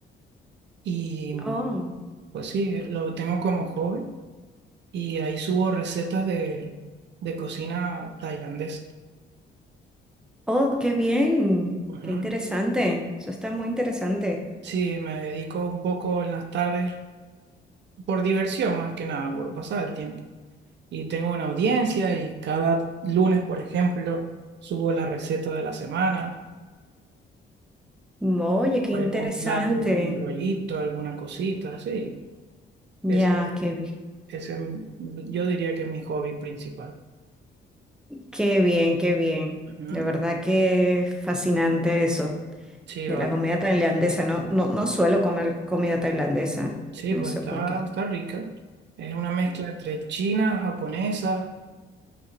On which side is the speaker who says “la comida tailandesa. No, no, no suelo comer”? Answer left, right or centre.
Centre